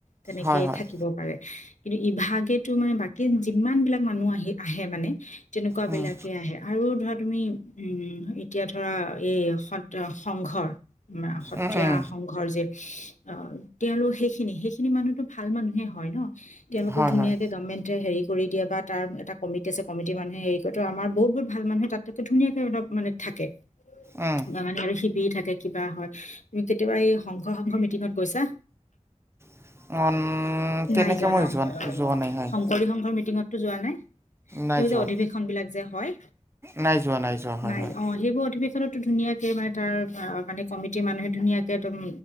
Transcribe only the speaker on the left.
তেনেকেই
থাকিব পাৰে। কিন্তু ইভাগে মানে বাকী যিমান বিলাক মানুহ আহি আহে মানে। তেনেকুৱা
বিলাকে আহে আৰু ধৰা তুমি উম, এতিয়া ধৰা এই সত্ৰ সংঘৰ আমা সত্ৰীয়া
সংঘৰ যে। অ' তেওঁলোক সেইখিনি, সেইখিনি মানুহতো ভাল মানুহে হয় ন। তেওঁলোকক
ধুনীয়াকে
গভমেণ্ট হেৰি কৰি দিয়ে বা তাৰ এটা আছে কমিটি আছে কমিটি মানুহে হৰি কৰে ত' আমাৰ বহুত বহুত ভাল মানুহে তাতকে ধুনীয়াকে অল মানে থাকে।
তাৰ মানে আৰু সি পি থাকে কিবা হয়, তুমি কেতিয়াবা এই সংঘৰ সংঘৰ মিটিংত কৈছা!
নাই যোৱা
ন,
শংকৰী সংঘৰ মিটিংতটো যোৱা নাই।
এই
যে অধিৱেশন বিলাক যে হয়।
নাই
অ' সেইবোৰ অধিৱেশনত ধুনীয়াকে মানে তাৰ অ' মানে কমিটিৰ মানুহে ধুনীয়াকে ম